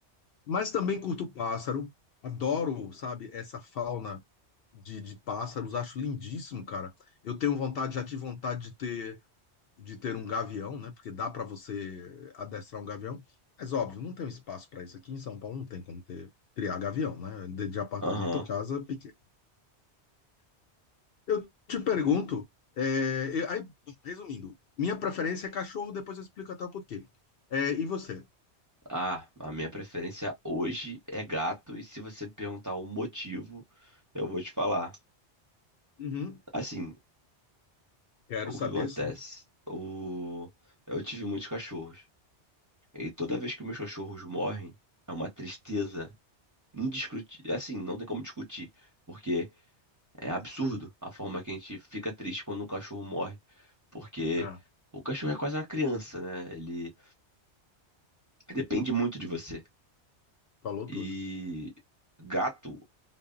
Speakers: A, on the left; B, on the right.
A: Mas também curto pássaro, adoro, sabe, essa fauna de, de pássaros, acho lindíssimo, cara. Eu tenho vontade, já tive vontade de ter, de ter um gavião, né? Porque dá para você adestrar um gavião, mas óbvio, não tem um espaço para isso aqui em São Paulo, não tem como ter, criar gavião, né? De, de apartamento
B: Aham.
A: ou casa pequena. Eu te pergunto, é, eu- aí, resumindo, minha preferência é cachorro, depois eu explico até o porquê. É, e você?
B: Ah, a minha preferência hoje é gato, e se você me perguntar o motivo, eu vou te falar.
A: Uhum,
B: Assim,
A: quero
B: o
A: saber,
B: que acontece?
A: sim.
B: O... Eu tive muitos cachorros, e toda vez que meus cachorros morrem, é uma tristeza indiscutível. Assim, não tem como discutir, porque é absurdo a forma que a gente fica triste quando um cachorro morre, porque
A: Ah,
B: o cachorro é quase uma criança, né? Ele depende muito de você.
A: falou
B: E
A: tudo.
B: gato,